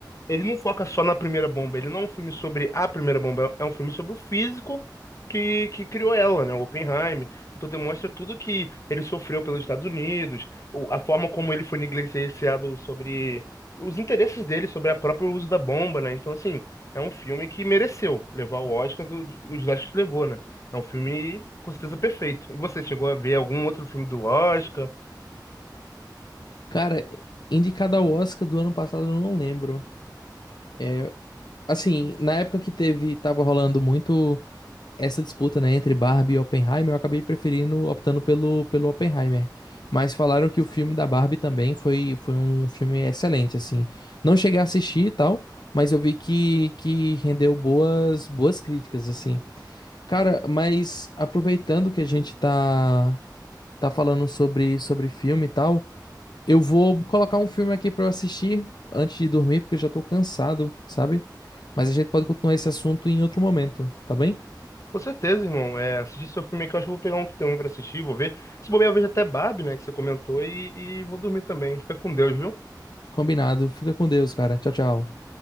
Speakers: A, on the left (about 45°); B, on the left (about 70°).
A: ele não foca só na primeira bomba, ele não é um filme sobre a primeira bomba, é um filme sobre o físico que, que criou ela, né? O Oppenheimer. Então demonstra tudo que ele sofreu pelos Estados Unidos, o- a forma como ele foi negligenciado sobre os interesses dele sobre o próprio uso da bomba, né? Então, assim, é um filme que mereceu levar o Oscar do, os Oscars levou, né? É um filme com certeza perfeito. E você chegou a ver algum outro filme do Oscar?
B: Cara, indicado ao Oscar do ano passado, eu não lembro. É, assim, na época que teve, tava rolando muito essa disputa, né, entre Barbie e Oppenheimer, eu acabei preferindo, optando pelo, pelo Oppenheimer. Mas falaram que o filme da Barbie também foi, foi um filme excelente, assim. Não cheguei a assistir e tal, mas eu vi que, que rendeu boas, boas críticas, assim. Cara, mas aproveitando que a gente tá, tá falando sobre, sobre filme e tal, eu vou colocar um filme aqui pra eu assistir antes de dormir, porque eu já tô cansado, sabe? Mas a gente pode continuar esse assunto em outro momento, tá bem?
A: Com certeza, irmão. É, assistir seu filme aqui, eu acho que eu vou pegar um que tem um pra assistir, vou ver. Se bobear, eu vejo até Barbie, né, que você comentou, e, e vou dormir também. Fica com Deus, viu?
B: Combinado. Fica com Deus, cara. Tchau, tchau.